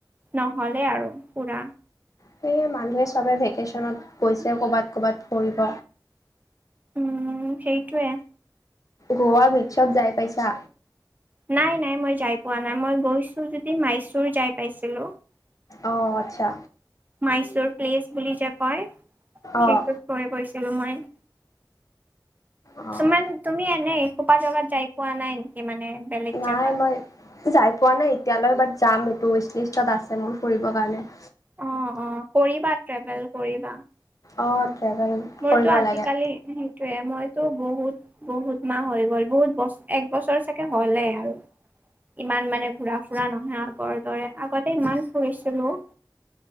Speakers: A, on the right; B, on the left.
A: নহলে আৰু ফুৰা।
B: সেয়ে মানুহে চবে ভেকেশচনত গৈছে কৰ'বাত ক'ৰবাত ফুৰিব।
A: উম সেইটোৱে।
B: গোৱা বিছত যাই পাইছা?
A: নাই নাই মই যাই পোৱা নাই, মই গৈছো যদি মাইচুৰ যাই পাইছিলো।
B: অঁ আচ্ছা।
A: মাইচুৰ প্লেচ বুলি যে কয়
B: অঁ
A: সেইটোত গৈ গৈছিলো মই।
B: অঁ
A: কিছুমান তুমি এনেই এখোপা জেগাত যাই পোৱা নাই নেকি মানে? বেলেগ
B: নাই
A: জেগাত?
B: মই যাই পোৱা নাই এতিয়ালৈ বাত যাম এইটো উইছলিষ্টত আছে মোৰ ফুৰিবৰ কাৰণে।
A: অঁ অঁ কৰিবা ট্ৰেভেল কৰিবা।
B: অঁ ট্ৰেভেল
A: মোৰতো
B: কৰিব
A: আজিকালি
B: লাগে
A: সেইটোয়ে মইতো বহুত বহুত মাহ হৈ গ'ল, বহুত বছ এক বছৰ চাগে হলেই আৰু। ইমান মানে ঘুৰা ফুৰা নহয় আগৰ দৰে আগতে ইমান ফুৰিছিলো। <inaudible>